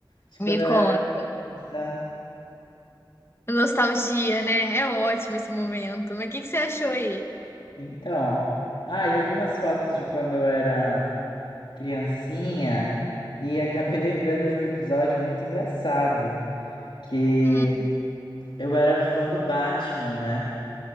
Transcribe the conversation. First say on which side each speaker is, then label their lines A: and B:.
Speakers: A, on the left; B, on the left.
A: de
B: Me
A: quando eu
B: conta.
A: era criança.
B: Nostalgia, né? É ótimo esse momento. Mas o que que você achou aí?
A: Então, ah, eu vi umas fotos de quando eu era criancinha e acabei <laughs> lembrando de um episódio muito engraçado que
B: Hum,
A: eu era fã do Batman, né?